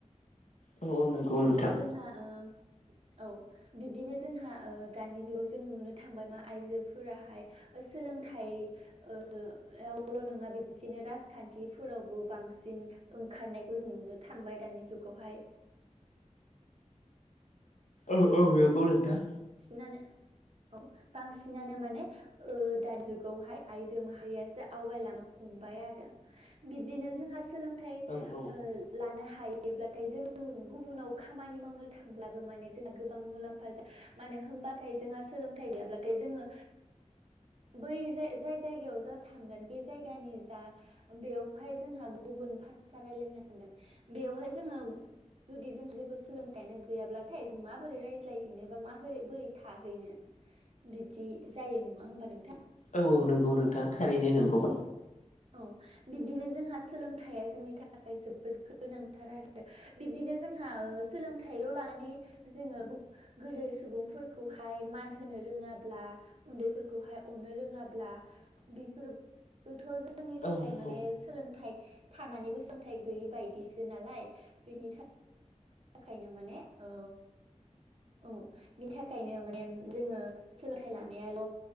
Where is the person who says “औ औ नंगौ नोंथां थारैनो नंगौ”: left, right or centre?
Left